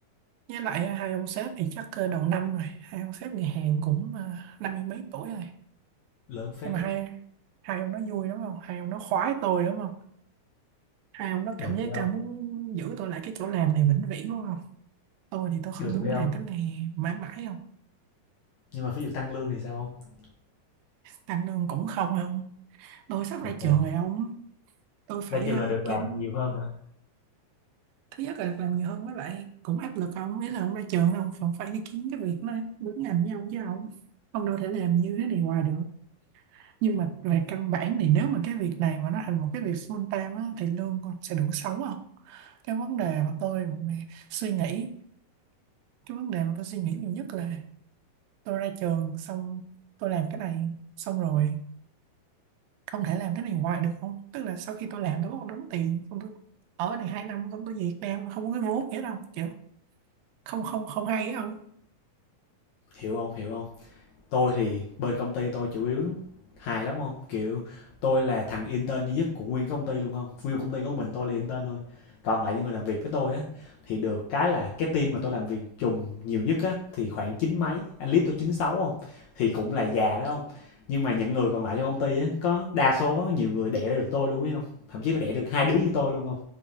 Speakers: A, on the right; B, on the left.
A: với lại hai ông sếp thì chắc ờ, đầu năm rồi hai ông sếp người Hàn cũng ờ, năm mươi mấy tuổi rồi
B: lớn phết
A: nhưng mà
B: đấy
A: hai hai ông nó vui đúng không hai ông nó khoái tôi đúng không hai ông nó cảm
B: được
A: giác
B: phải
A: là
B: không
A: muốn giữ tôi lại cái chỗ làm này vĩnh viễn đúng không tôi thì tôi không
B: được
A: muốn
B: phải
A: làm
B: không
A: cái này mãi mãi
B: nhưng mà ví dụ tăng lương thì sao không
A: anh lương cũng không không tôi sắp
B: ok
A: ra trường rồi ông tôi phải
B: ra trường
A: ờ,
B: là được
A: kiếm
B: làm nhiều hơn hả
A: thứ nhất là được làm nhiều hơn với lại cũng áp lực ông nghĩa là ông ra trường ông còn phải đi kiếm cái việc nó đúng ngành với ông chứ ông ông đâu thể làm như thế này hoài được nhưng mà về căn bản thì nếu mà cái việc này mà nó thành một cái việc full time á, thì lương con sẽ đủ sống không cái vấn đề mà tôi mà suy nghĩ cái vấn đề mà tôi suy nghĩ nhiều nhất là tôi ra trường xong tôi làm cái này xong rồi không thể làm cái này hoài được không tức là sau khi tôi làm tôi có một đống tiền xong tôi ở cái này hai năm xong tôi về Việt Nam không có cái vốn nghĩa đâu kiểu không không không hay á ông
B: hiểu không hiểu không tôi thì bên công ty tôi chủ yếu hài lắm không kiểu tôi là thằng intern duy nhất của nguyên công ty luôn không nguyên công ty của mình tôi là intern thôi còn lại những người làm việc với tôi á thì được cái là cái team mà tôi làm việc trùng nhiều nhất á thì khoảng chín mấy anh lý tôi chín sáu không thì cũng là già đó không nhưng mà những người còn lại trong công ty á có đa số nhiều người đẻ ra được tôi luôn ấy không thậm chí là đẻ được hai đứa như tôi luôn không